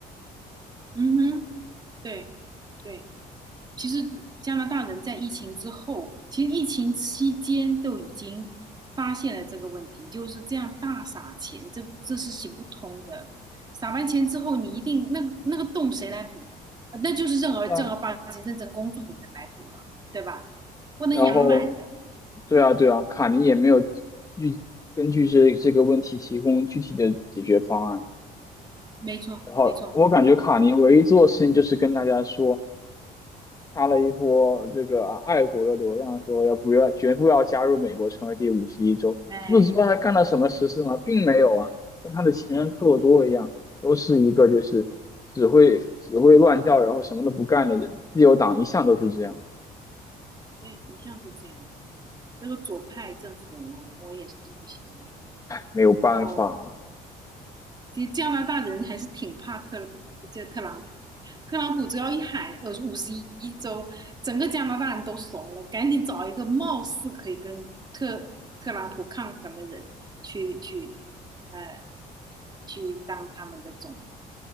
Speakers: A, on the right; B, on the left.
A: 嗯哼，对，对，其实加拿大人在疫情之后，其实疫情期间都已经发现了这个问题，就是这样大撒钱，这这是行不通的。撒完钱之后，你一定那个那个洞谁来补？呃那就是正儿正儿八经认真工作的人来补了，
B: 对吧？
A: 对吧？不能养懒人了。
B: 然后，对啊，对啊，卡尼也没有具根据这这个问题提供具体的解决方案。
A: 没错，
B: 然后我感觉卡尼唯一做的事情就是跟大家说，
A: 没错，我
B: 发了一波这个啊爱国的流量，说要不要绝不要加入美国，成为第五十一州。
A: 哎，
B: 除此之外还干了什么实事吗？并没有啊，跟他的前任特鲁多一样，
A: 对。
B: 都是一个就是只会只会乱叫，
A: 嗯。
B: 然后什么都不干的人。自由党一向都是这样，
A: 对，一向是这样。这个左派政府我，我也是不喜欢。
B: 没有办法
A: 然后，其实加拿大人还是挺怕特这特朗普的特朗普只要一喊呃五十一州，整个加拿大人都怂了，赶紧找一个貌似可以跟特特朗普抗衡的人去去呃去当他们的总理。